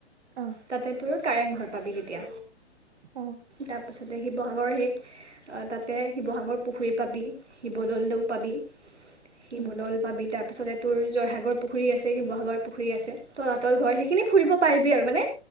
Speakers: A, on the right; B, on the right.
A: অ
B: তাতে তোৰ কাৰেংঘৰ পাবি তেতিয়া
A: অ',
B: তাৰ পাছত তাতে শিৱসাগৰ সেই তাতে শিৱসাগৰ পুখুৰী পাবি, শিৱদলউ পাবি। শিৱদল
A: উম,
B: পাবি তাত। পিছতে তোৰ জয়সাগৰ পুখুৰী আছে, শিৱসাগৰ পুখুৰী আছে, তলাতল ঘৰ সেইখিনি ফুৰিব পাৰিবি আৰু মানে।